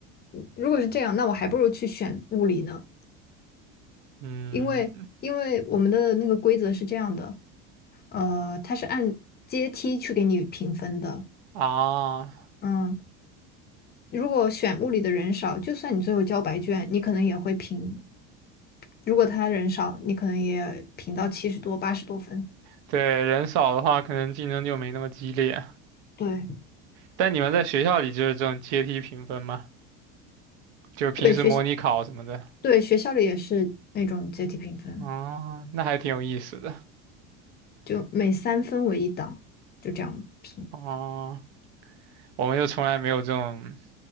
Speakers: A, on the left; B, on the right.
A: 如果是这样，那我还不如去选物理呢，
B: 嗯，
A: 因为因为我们的那个规则是这样的，呃，它是按阶梯去给你评分的，
B: 啊，
A: 嗯，如果选物理的人少，就算你最后交白卷，你可能也会评。如果他人少，你可能也评到七十多、八十多分。
B: 对，人少的话，可能竞争就没那么激烈。
A: 对
B: 但你们在学校里就是这种阶梯评分吗？就是平时模拟考什么的？
A: 对，学习对学校里也是那种阶梯评分，
B: 哦，那还挺有意思的。
A: 就每三分为一档，就这样评
B: 哦，我们就从来没有这种